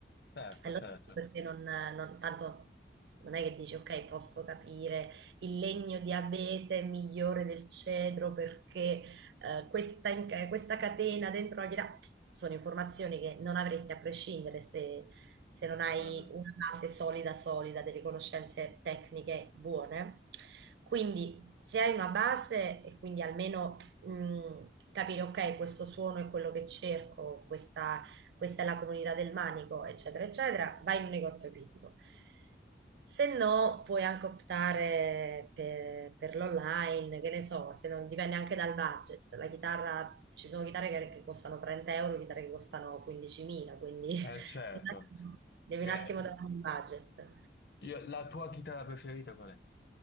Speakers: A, on the left (about 60°); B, on the right (about 70°).
A: Certo,
B: è lo
A: certo,
B: stesso perché non, non- tanto non è che dici ok, posso capire il legno di abete è migliore del cedro perché eh, questa, in- eh, questa catena dentro la chitarra, sono informazioni che non avresti a prescindere se, se non hai
A: sicuramente.
B: una base solida, solida, delle conoscenze tecniche buone. Quindi se hai una base e quindi almeno mh, capire, ok, questo suono è quello che cerco, questa questa è la comunità del manico, eccetera, eccetera, vai in un negozio fisico. Se no, puoi anche optare per, per l'online, che ne so, se non, dipende anche dal budget. La chitarra, ci sono chitarre che, che costano 30 euro, chitarre che costano 15.000, quindi
A: Eh, certo.
B: <laughs> devi
A: Beh,
B: un attimo dare un budget.
A: io- la tua chitarra preferita qual è?